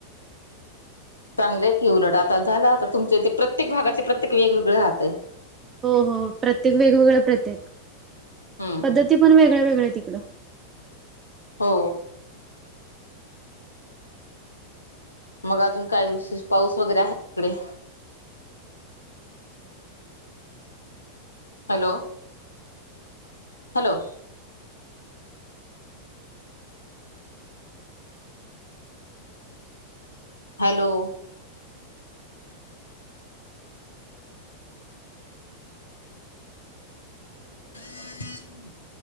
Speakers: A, on the left; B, on the right.
A: चांगलंय की उलट आता झालं आता तुमचे ते प्रत्येक भागातले प्रत्येक वेगवेगळे राहतय.
B: हो हो प्रत्येक वेगवेगळ्या प्रतेत
A: हम्म
B: पद्धती पण वेगळ्या वेगळ्या आहेत तिकडं.
A: हो. मग अजून काय विशेष पाऊस वगैरे आहे का तिकडे? हॅलो! हॅलो! हॅलो! <inaudible>